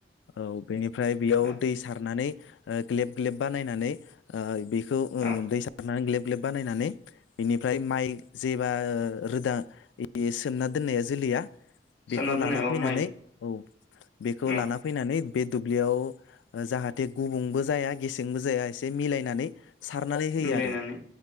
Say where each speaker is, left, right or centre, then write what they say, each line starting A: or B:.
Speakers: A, on the left (about 80°); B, on the left (about 70°).
A: औ बेनिफ्राय बेयाव
B: औ
A: दै सारनानै ओ ग्लेब ग्लेब बानायनानै बे खौ
B: औ
A: दै सारना नानै ग्लेब ग्लेब बानायनानै बेनिफ्राय माइ जेबा रोदा सोमना दोननाया जोलैया बेखौ
B: सोमना दोननाय
A: लाना
B: औ
A: फैनानै
B: माइ
A: औ बेखौ
B: औ
A: लाना फैनानै बे दुब्लियाव जाहाथे गुबुंबो जाया गेसेंबो जाया एसे मिलायनानै सारनानै होयो
B: मिलायनानै
A: आरो